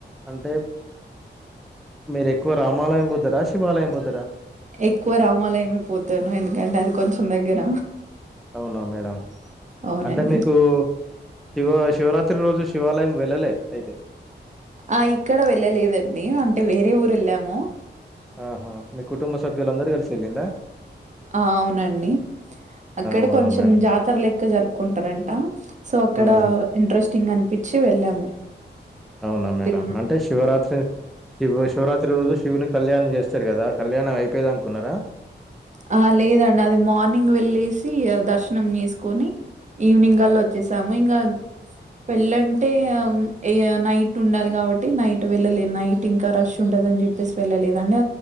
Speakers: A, in the centre; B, on the right.
A: అంటే మీరు ఎక్కువ రామాలయం బోతరా శివాలయం బోత్
B: ఎక్కువ రామాలయమే పోతాను ఎందుకంటే అది కొంచెం దగ్గర
A: అవునా మేడం
B: అవునండి
A: అంటే మీకు శివ శివరాత్రి రోజు శివాలయం వెళ్ళలే అయితే
B: ఆ ఇక్కడ వెళ్ళలేదండి అంటే వేరే ఊరు ఎళ్ళాము
A: ఆహా మీ కుటుంబ సభ్యులు అందరు కలిసి ఎళ్ళింద
B: ఆ అవునండి అక్కడ
A: అవునా
B: కొంచెం
A: మేడం
B: జాతర లెక్క జరుపుకుంటారంట సో అక్కడ
A: ఉమ్
B: ఇంట్రెస్ట్ తిన్ అనిపించి వెళ్ళాము
A: అవునా మేడం
B: తిన్
A: అంటే శివరాత్రి శివ శివరాత్రి రోజు శివుని కళ్యాణం చేస్తే సార్ కదా కళ్యాణం అయిపోయో దాకా ఉన్నారా
B: ఆ లేదండి అది మార్నింగ్ వెళ్ళసి దర్శనం చేసుకొని ఈవినింగ్
A: ఉమ్
B: కల్లా వచ్చేసాము ఇంగ పెళ్ళంటే ఇగ నైట్ ఉండాలి కాబట్టి నైట్ వెళ్ళలే నైట్ ఇంకా రష్ ఉండాల ని చెప్పేసి వెళ్ళలేదు అండి